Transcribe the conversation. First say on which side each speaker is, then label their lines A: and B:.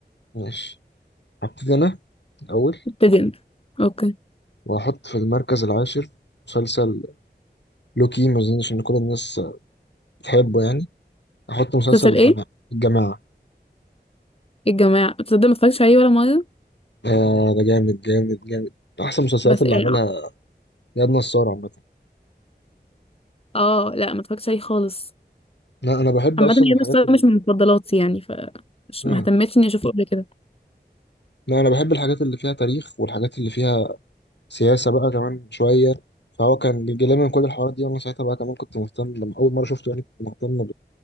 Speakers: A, on the left (about 80°); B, on the left (about 35°).
A: ماشي هبتدي انا الاول
B: ابتدينا اوكي
A: واحط في المركز العاشر مسلسل لوكي ما اظنش ان كل الناس بتحبه يعني احط مسلسل
B: مسلسل
A: الجماعه
B: ايه
A: الجماعه
B: الجماعة تصدق ما اتفرجتش عليه ولا مرة
A: آه ده جامد جامد جامد احسن المسلسلات
B: بس
A: اللي
B: ايه
A: عملها اياد نصار عامه
B: اه لا ما اتفرجتش عليه خالص
A: لا انا بحب
B: عامة
A: اصلا
B: هي
A: الحاجات
B: بس أنا
A: اللي
B: مش من مفضلاتي يعني ف مش
A: آه.
B: مهتمتش اني اشوفه قبل كده
A: لا انا بحب الحاجات اللي فيها تاريخ والحاجات اللي فيها سياسه بقى كمان شويه فهو كان بيجيلي من كل الحوارات دي وانا ساعتها بقى كمان كنت مهتم لما اول مره شفته يعني كنت مهتم